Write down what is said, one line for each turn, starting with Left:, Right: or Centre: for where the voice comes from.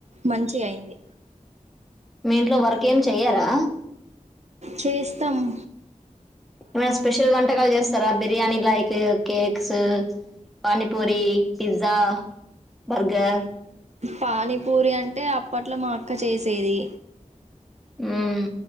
Right: మంచిగా అయింది
Centre: మీ ఇంట్లో వర్క్ ఏమి చెయ్యారా
Right: చేస్తాము
Centre: ఏమైనా స్పెషల్ వంటకాలు చేస్తారా బిర్యానీ లా cakes panipuri pizza burger
Right: panipuri అంటే అప్పట్లో మా అక్క చేసేది
Centre: హ్మ్